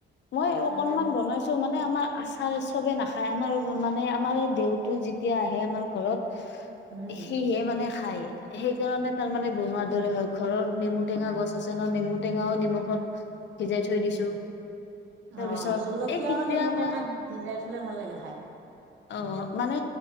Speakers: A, on the left (about 65°); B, on the right (about 85°).
A: মই
B: তাকে
A: অকনমান
B: মোৰ
A: বনাইছো মানে আমাৰ আচাৰ চবে নাখায়। খাই আমাৰ মানে আমাৰ এই দেউতু যেতিয়া আহে আমাৰ ঘৰত
B: উম
A: সিহে মানে খায়। সেইকাৰণে তাৰ মানে বনোৱাৰ দৰে হয়। ঘৰৰ নেমু টেঙা গছ আছে ন? নেমু টেঙাও নিমখত ভিজাই থৈ দিছো
B: উম
A: তাৰপিছত
B: অ, জলকীয়াও
A: এই কেতিয়াবা
B: নেমু টেঙাত ভিজাই থলে ভাল লাগে খাই।
A: অ মানে